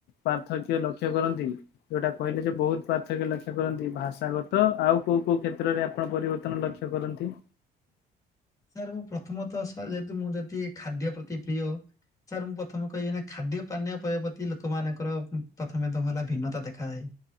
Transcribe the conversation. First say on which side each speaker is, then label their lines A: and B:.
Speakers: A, on the left; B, on the left.
A: ପାର୍ଥକ୍ୟ ଲକ୍ଷ୍ୟ କରନ୍ତି। ଯୋଉଟା କହିଲେ ଯେ ବହୁତ ପାର୍ଥକ୍ୟ ଲକ୍ଷ୍ୟ କରନ୍ତି ଭାଷାଗତ ଆଉ କୋଉ କୋଉ କ୍ଷେତ୍ରରେ ଆପଣ ପରିବର୍ତନ ଲକ୍ଷ କରନ୍ତି।
B: ସାର୍ ମୁଁ ପ୍ରଥମ ତ ସାର୍ ଯେହେତୁ ମୁଁ ଯଦି ଖାଦ୍ୟ ପ୍ରତି ପ୍ରିୟ ସାର୍ ମୁଁ ପ୍ରଥମ କହିବି ନା ଖାଦ୍ୟ ପାନୀୟ ପ୍ରୟ ପ୍ରତି ଲୋକମାନଙ୍କର ପ୍ରଥମେ ତମ ହେଲା ଭିନ୍ନତା ଦେଖାଯାଏ।